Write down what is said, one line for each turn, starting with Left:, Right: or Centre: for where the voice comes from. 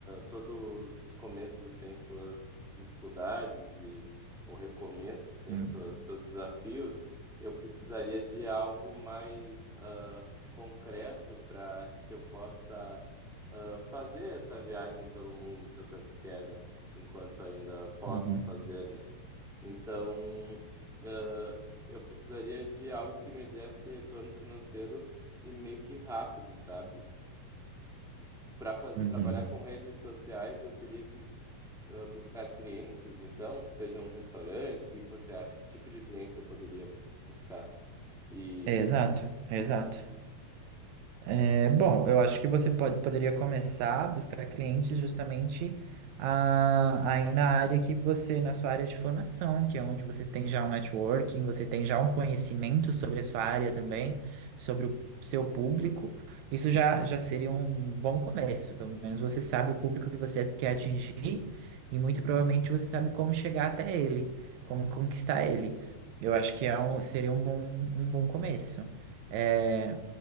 Centre: todos os começos têm suas dificuldades e ou recomeços têm
Right: Uhum.
Centre: suas, seus desafios, eu precisaria de algo mais ah, concreto para que eu possa ah, fazer essa viagem pelo mundo que eu tanto quero, enquanto ainda posso
Right: Uhum.
Centre: fazer, né? Então, ah, eu precisaria de algo que me desse retorno financeiro e meio que rápido, sabe? Para
Right: Uhum.
Centre: trabalhar com redes sociais, eu teria que ah, buscar clientes, então, sejam restaurantes, o que que você acha? Que tipo de clientes eu poderia buscar? E
Right: É exato, é exato. É, bom, eu acho que você pode, poderia começar a buscar clientes justamente a- aí na área que você, na sua área de formação, que é onde você tem já um networking, você tem já um conhecimento sobre a sua área também, sobre o seu público. Isso já, já seria um bom começo, pelo menos você sabe o público que você quer atingir e muito provavelmente você sabe como chegar até ele, como conquistar ele. Eu acho que é um- seria um bom, um bom começo. É,